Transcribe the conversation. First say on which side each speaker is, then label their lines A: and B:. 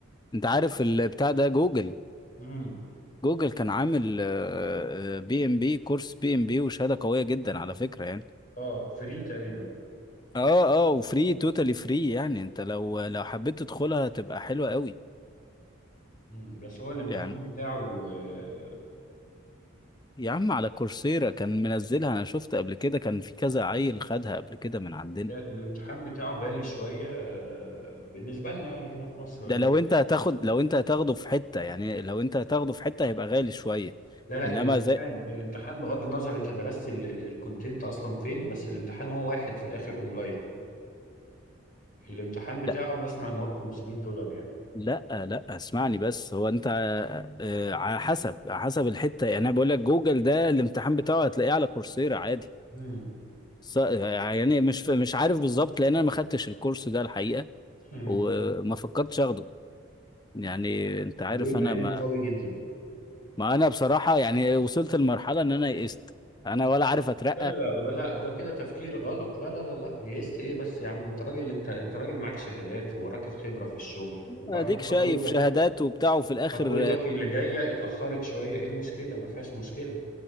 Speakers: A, on the left (about 20°); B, on the left (about 40°).
A: انت عارف البتاع ده جوجل
B: امم
A: جوجل كان عامل بي ام بي كورس بي ام بي وشهادة قوية جدا على فكرة يعني
B: اه فري تقريبا
A: اه اه وفري توتالي فري يعني انت لو لو حبيت تدخلها تبقى حلوة قوي
B: امم بس هو الامتحان
A: يعني
B: بتاعه آه
A: يا عم على كورسيرا كان منزلها انا شفت قبل كده كان في كذا عيل خدها قبل كده من عندنا
B: الامتحان بتاعه غالي شويه آه بالنسبه لنا يعني هنا في مصر ولا
A: ده لو
B: إيه؟
A: انت هتاخد لو انت هتاخده في حتة يعني لو انت هتاخده في حتة هيبقى غالي شوية
B: لا لا
A: انما
B: الامتحان
A: زي
B: الامتحان بغض النظر انت درست ال- ال- الكونتنت اصلا فين بس الامتحان هو واحد في الاخر اونلاين الامتحان بتاعه
A: لا
B: انا اسمع ان هو ب 500 دولار يعني
A: لا لا اسمعني بس هو انت آه، على حسب على حسب الحتة يعني انا بقول لك جوجل ده الامتحان بتاعه هتلاقيه على كورسيرا عادي
B: مم.
A: ص- يعني مش مش عارف بالظبط لان انا ما خدتش الكورس ده الحقيقة
B: مم.
A: وما فكرتش اخده يعني انت عارف
B: ليه مع
A: انا
B: انه
A: ما
B: قوي جدا
A: ما انا بصراحة يعني وصلت لمرحلة ان انا يئست انا ولا عارف اترقى
B: لا لا ب- لا ده كده تفكير غلط لا لا لا لا يئست ايه بس يا عم انت راجل انت انت راجل معاك شهادات وراجل خبرة في الشغل وبعدين
A: اديك شايف
B: خطوتك
A: شهادات وبتاع وفي الاخر
B: خطوتك اللي جاية اتأخرت شوية ايه المشكلة ما فيهاش مشكلة